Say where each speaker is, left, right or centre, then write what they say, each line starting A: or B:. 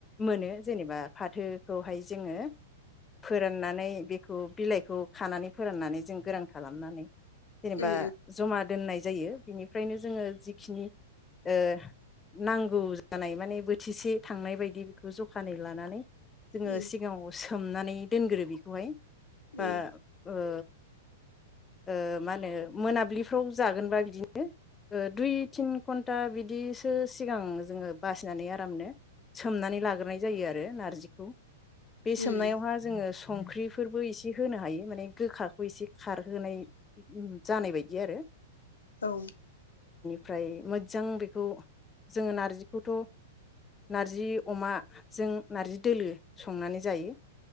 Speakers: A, on the left; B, on the left.
A: मोनो जेनोबा फाथोखौहाय जोङो फोराननानै बेखौ बिलाइखौ खानानै फोराननानै जों गोरान खालामनानै जेनोबा
B: उम
A: जमा दोननाय जायो बिनिफ्रायनो जोङो जिखिनि ओ नांगौ जानाय माने बोथिसे थांनाय बायदि बिखौ जखानै लानानै जोङो
B: उम
A: सिगाङाव सो सोमनानै दोनग्रो बेखौहाय बा
B: उम
A: ओ ओ मा होनो मोनाब्लिफ्राव जागोनबा बिदिनो ओ दुइ तिन घन्टा बिदिसो सिगां जोङो बासिनानै आरामनो सोमनानै लाग्रोनाय जायो आरो नारजिखौ बे सोमनायावहा
B: उम
A: जोङो संख्रिफोरबो एसे होनो हायो माने गोखाखौ एसे खारहोनाय जानाय बायदि आरो।
B: औ।
A: फ्राय मोजां बेखौ जोङो नार्जिखौथ' नारजि अमा जों नार्जि दोलो संनानै जायो।